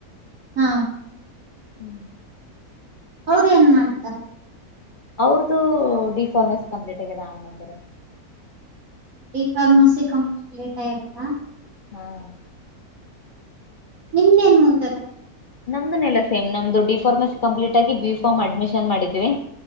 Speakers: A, on the right; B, on the left.
A: ಹ್ಮ
B: ಹ್ಮ್
A: ಅವ್ರ ಏನ್ ಮಾಡ್ತಾರ
B: ಅವ್ರದುು ಡಿಫಾರ್ಮಸಿ ಕಂಪ್ಲೀಟ್ ಆಗ್ಯದ ಅಣ್ಣಂದರು
A: ಡಿಫಾರ್ಮಸಿ ಕಂಪ್ಲೀಟ್ ಆಯ್ಯದಕ್ಕ
B: ಹ್ಮ್
A: ನಿಮ್ದ ಏನ್ ಮುತದ
B: ನಮ್ದುನೆೆಲ್ಲ ಸೇಮ್ ನಮ್ದು ಡಿ ಫಾರ್ಮಸಿ ಕಂಪ್ಲೀಟ್ ಆಗಿ ಬಿ ಫಾರ್ಮ್ ಅಡ್ಮಿಷನ್ ಮಾಡಿದ್ವಿ